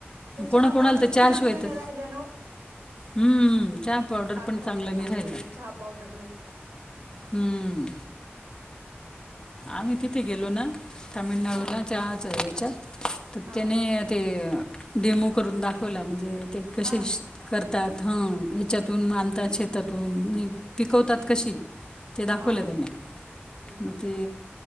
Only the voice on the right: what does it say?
हे
चहा
पावडर
पण
चांगलं
नाही
राहिल्या ना
साखर
चांगली
चहा पावडर नाही
हा
हा
हा
हा
हम्म
हा
हा